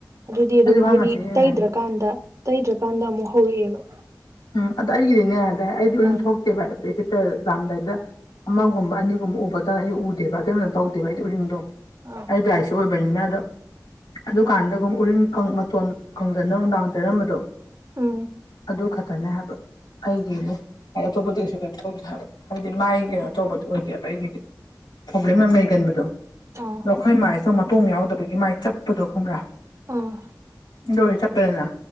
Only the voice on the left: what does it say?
ꯑꯩꯁꯨ ꯐꯥꯔꯃꯥꯁꯤꯅꯦ
ꯍꯥꯏꯁꯦ
ꯎꯝ ꯑꯗ ꯑꯩꯒꯤꯗꯤꯅꯦꯗ ꯑꯩꯗꯤ ꯑꯗꯨꯝ
ꯊꯣꯛꯇꯦꯕ ꯂꯥꯛꯑꯝꯗꯥꯏꯗ ꯑꯃꯒꯨꯝꯕ ꯑꯅꯤꯒꯨꯝꯕ ꯎꯕꯗꯅ ꯑꯩ ꯎꯗꯦꯕ ꯀꯩꯝꯇ ꯇꯧꯗꯦꯕ ꯑꯩꯗꯤ ꯎꯔꯤꯡꯗꯣ
ꯑꯩꯗꯋꯥꯏꯁꯨ ꯑꯣꯏ ꯑꯣꯏꯕꯅꯤꯅ ꯑꯗ ꯑꯗꯨꯀꯥꯟꯗꯒꯨꯝ ꯎꯔꯤꯟ ꯃꯇꯣꯟ ꯀꯪꯖꯟꯗ ꯅꯨꯡꯗꯥꯡ ꯇꯩꯔꯝꯕꯗꯣ
ꯑꯗꯨ ꯈꯛꯇꯅꯦ ꯍꯥꯏꯕ ꯑꯩꯒꯤꯅꯦ ꯍꯥꯏꯗꯤ ꯑꯇꯣꯞꯄꯗꯤ ꯀꯩꯁꯨ ꯀꯩꯅꯣ ꯇ ꯍꯥꯏ ꯍꯥꯏꯕꯗꯤ ꯃꯥꯏꯒꯤꯩꯅꯣ ꯑꯇꯣꯞꯄꯗꯤ ꯑꯣꯏꯗꯦꯕ ꯑꯩꯒꯤꯗꯤ ꯄ꯭ꯔꯣꯕ꯭ꯂꯦꯝ ꯌꯥꯝ ꯂꯩꯒꯟꯕꯗꯣ
ꯑꯗꯣ ꯑꯩꯈꯣꯏ ꯃꯥꯏꯁꯨꯣ ꯃꯇꯣꯡ ꯌꯥꯎꯗꯕꯒꯤ ꯃꯥꯏ ꯆꯞꯄꯗꯣ ꯈꯪꯕ꯭ꯔꯥ
ꯂꯣꯏ ꯆꯄꯗꯅ